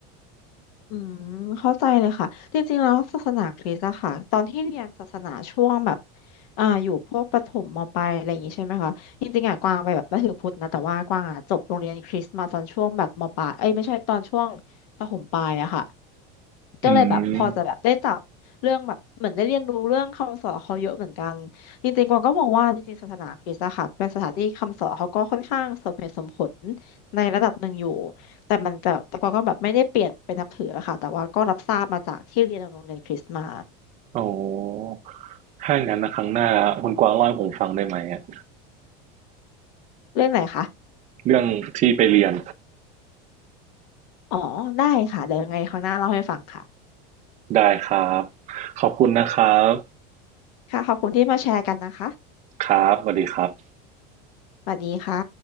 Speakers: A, on the left (about 70°); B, on the right (about 35°).
A: อืมเข้าใจเลยค่ะจริงๆแล้วศาสนาคริสต์อะค่ะตอนที่เรียนศาสนาช่วงแบบอ่าอยู่พวกประถมมปลายอะไรอย่างงี้ใช่ไหมคะจริงๆอะกวางไปแบบนับถือพุทธนะแต่ว่ากวางอะจบโรงเรียนคริสต์มาตอนช่วงแบบมปลายเอ้ยไม่ใช่ตอนช่วงประถมปลายอะค่ะก็เลยแบบพอจะแบบได้จับเรื่องแบบเหมือนได้เรียนรู้เรื่องคำสอนเขาเยอะเหมือนกันจริงๆกวางก็มองว่าจริงๆศาสนาคริสต์อะค่ะเป็นสถานที่คำสอนเขาก็ค่อนข้างสมเหตุสมผล
B: อืม
A: ในระดับหนึ่งอยู่ แต่มันจะแต่ก็ก็แบบไม่ได้เปลี่ยนเป็นนับถืออะค่ะแต่ว่าก็รับทราบมาจากที่เรียนโรงเรียนคริสต์มา
B: โอ้ถ้าอย่างนั้นนะครั้งหน้าคุณกวางเล่าให้ผมฟังได้ไหมอะ
A: เรื่องไหนคะ
B: เรื่องที่ไปเรียน
A: อ๋อได้ค่ะเดี๋ยวยังไงครั้งหน้าเล่าให้ฟังค่ะ
B: ได้ครับขอบคุณนะครับ
A: ค่ะขอบคุณที่มาแชร์กันนะคะ
B: ครับสวัสดีครับ
A: สวัสดีค่ะ